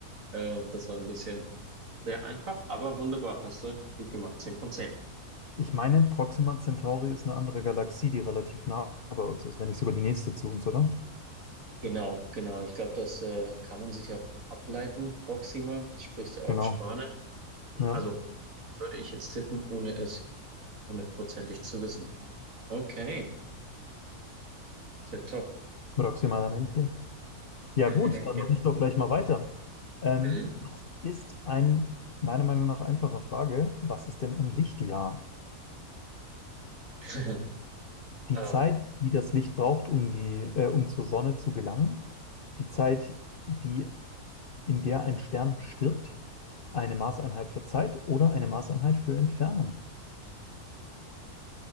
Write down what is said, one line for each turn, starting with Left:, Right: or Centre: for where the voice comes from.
Right: äh, das war ein bisschen. Sehr einfach, aber wunderbar. Hast du gut gemacht. Zehn von zehn.
Left: Ich meine, Proxima Centauri ist eine andere Galaxie, die relativ nah bei uns ist, wenn nicht sogar die nächste zu uns, oder?
Right: Genau, genau. Ich glaube, das äh, kann man sich auch ableiten. Proxima, sprichst du auch
Left: Genau.
Right: Spanisch? Ich,
Left: Ja,
Right: also würde ich jetzt tippen, ohne es hundertprozentig zu wissen. Okay, tipptopp.
Left: Proximamente. Ja
Right: <laughs>
Left: gut, dann
Right: Genau.
Left: mache ich doch gleich mal weiter. Ähm,
Right: Mhm.
Left: was ist ein, meiner Meinung nach, einfache Frage, was ist denn ein Lichtjahr?
Right: <laughs>
Left: Die
Right: Äh,
Left: Zeit, die das Licht braucht, um die, äh, um zur Sonne zu gelangen, die Zeit, die, in der ein Stern stirbt, eine Maßeinheit für Zeit oder eine Maßeinheit für Entfernung.